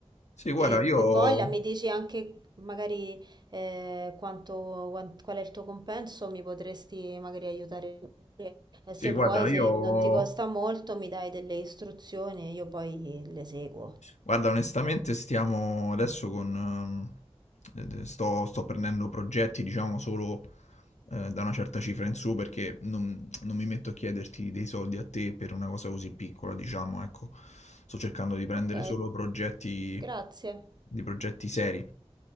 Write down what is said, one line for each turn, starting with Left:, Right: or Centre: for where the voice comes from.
Left: Sì, guarda,
Right: e,
Left: io,
Right: e voglia, mi dici anche magari eh, quanto, quan- qual è il tuo compenso, mi potresti magari aiutare. pure. E
Left: sì,
Right: se
Left: guarda,
Right: vuoi, se
Left: io
Right: non ti costa molto, mi dai delle istruzioni e io poi le seguo.
Left: Guarda, onestamente stiamo adesso con... ehm, eh, sto, sto prendendo progetti, diciamo, solo eh, da una certa cifra in su perché non, non mi metto a chiederti dei soldi a te per una cosa così piccola, diciamo, ecco. Sto cercando di prendere
Right: Ok,
Left: solo progetti,
Right: grazie.
Left: di progetti seri.